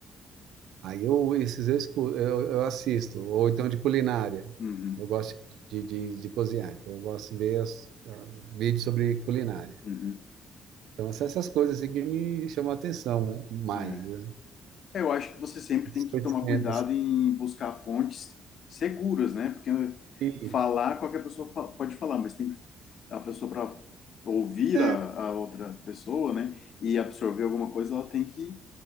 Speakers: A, on the right (about 85°); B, on the left (about 60°).
A: Aí eu, esses eu, escu- eu, eu assisto, ou então de culinária.
B: Uhum.
A: Eu gosto de, de, de cozinhar, então eu gosto de ver as, vídeos sobre culinária.
B: Uhum.
A: Então são essas coisas assim, que me chamam a atenção mais,
B: É.
A: né?
B: Eu acho que você sempre
A: Os
B: tem
A: conhecimentos.
B: que tomar cuidado
A: assim.
B: em buscar fontes seguras, né? Porque
A: E,
B: falar, qualquer pessoa fa- pode falar, mas tem que a pessoa para ouvir
A: é,
B: a, a outra pessoa, né? E absorver alguma coisa, ela tem que